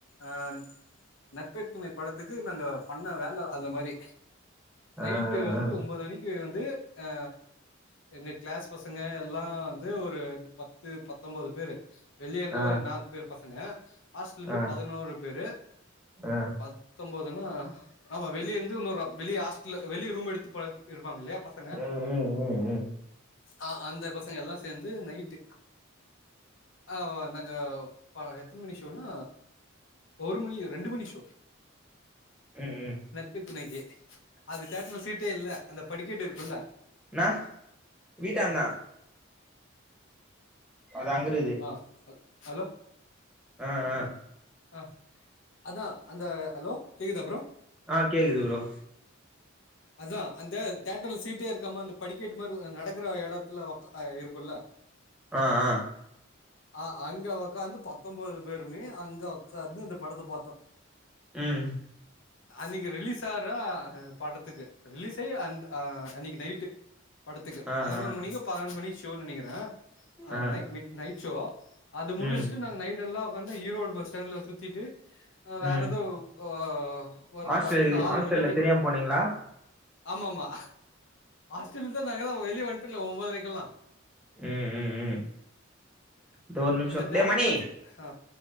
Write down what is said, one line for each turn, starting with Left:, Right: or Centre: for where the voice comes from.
Left: அ நட்பே துணை படத்துக்கு நாங்க பண்ண வேல அந்த மாரி நைட்டு
Centre: ஆ
Left: வந்து
Centre: ஆ
Left: ஒம்பது மணிக்கு வந்து அ எங்க கிளாஸ் பசங்க எல்லா வந்து ஒரு பத்து பத்தொம்பது பேர் வெளிய இருந்து
Centre: ஆ
Left: ஒரு நாலு பேர் பசங்க ஹாஸ்ட்டல இருந்து
Centre: ஆ ஆ
Left: பதினோரு பேரு
Centre: ஆ
Left: பது பத்தொம்பதுன்ன ஆமா வெளிய இருந்து இன்னொரு வெளிய ஹாஸ்ட்டல வெளி ரூம் எடுத்து இருப்பாங்க இல்லயா பச
Centre: அ அ <unintelligible>
Left: ஆ அந்த பசங்க எல்லா சேந்து நைட்டு ஆ நாங்க ப எத்தன மணி ஷோ னா ஒரு மணி ரெண்டு மணி ஷோ
Centre: ம் ம்
Left: பெத்துனைக்கு அது கேட்டன சீட்டே இல்ல அந்த படிக்கெட்டு இருக்குல்ல
Centre: என வீட்டாந்த அது அங்கிருகுது
Left: ஆ ஹலோ
Centre: அ அ
Left: அ அதா அந்த ஹலோ கேக்குதுதா ப்ரோ
Centre: ஆ கேக்குது ப்ரோ
Left: அதா அந்த தேட்டர்ல சீட்டே இருக்காம அந்த படிக்கெட்டு மாரி நடக்கற எடத்துல அ இருக்குல்ல
Centre: அ அ
Left: அ அங்க வொக்காந்து பத்தொம்பேது பேருமே அங்க வொக்காந்து அந்த படத்த பாத்தோ
Centre: ம்
Left: அன்னைக்கு ரிலீஸ் ஆற அந்த படத்துக்கு ரிலீஸ் ஆயி அந்த அன்னைக்கு நைட்டு படத்துக்கு
Centre: ஆ
Left: பதுனொரு
Centre: ஆ
Left: மணிக்கு பன்னண்டு மணி ஷோன்னு நெனைக்கிறே
Centre: ஆ
Left: நைட் மிட் நைட்ஷோ அது முடிச்சுட்டு
Centre: ம்
Left: நாங்க நைட் எல்லா வொக்காந்து ஈரோடு டேன்ல சுத்திட்டு வேற
Centre: ம்
Left: எதோ ஒ ஒர்க்
Centre: ஹாஸ்டல்
Left: பாத்துட்டு நாலு
Centre: ஹாஸ்டல்ல
Left: மணிக்கு
Centre: தெரியாம போனீங்களா
Left: ஆமாமா ஆஸ்டல் தா நாங்கதா வெளிய வன்ட்டோல ஒம்பதரைக்கெல்லா
Centre: ம் ம் ம் இந்த ஒரு நிம்சோ
Left: அந்த தியேட்டர்ல
Centre: டே மணி
Left: சீ ஆ